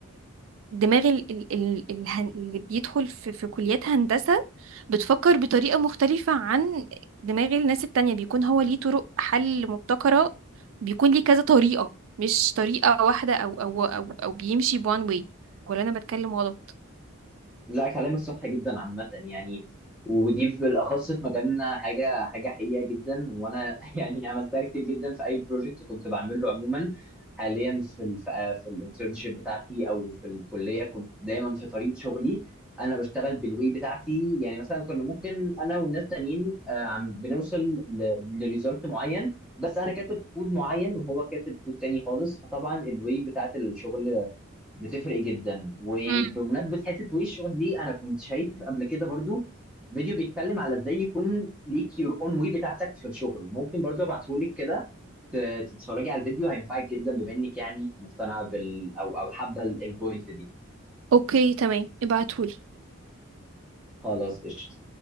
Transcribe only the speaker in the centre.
لا كلامك صح جدا عامة يعني ودي بالأخص في مجالنا حاجة حاجة حقيقة جدا وأنا <laughs> يعني عملتها كتير جدا في أي بروجكت كنت بعمله عموما حاليا في ال في في الانترنشيب بتاعتي أو في الكلية كنت دايما في طريق شغلي أنا بشتغل بالواي بتاعتي يعني مثلا كنا ممكن أنا وناس تانيين آه، عم بنوصل لريزلت معين بس أنا كاتب كود معين وهو كاتب كود تاني خالص فطبعا الواي بتاعت الشغل بتفرق جدا ويعني
بمناسبه حته ويشو دي انا كنت شايف قبل كده برضو فيديو بيتكلم على ازاي يكون ليك يور اون واي بتاعتك في الشغل ممكن برضو ابعته لك كده ت- تتفرجي على الفيديو هينفعك جدا بما انك يعني مقتنعه بال او او حابه ال- البوينت دي
خلاص قشطه